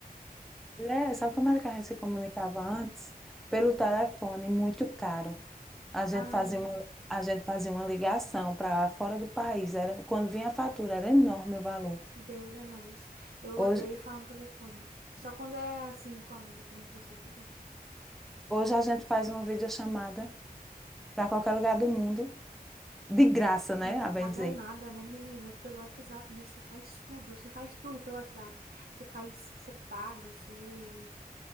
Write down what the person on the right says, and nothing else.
Ai,
Deus é mais. Eu
odeio falar no telefone. Só quando é assim com amigo, que nem você, que eu gosto.
E não
paga
nada, né, menina? Pelo WhatsApp mesmo, você faz tudo. Você faz tudo pelo WhatsApp. Você faz, você paga, você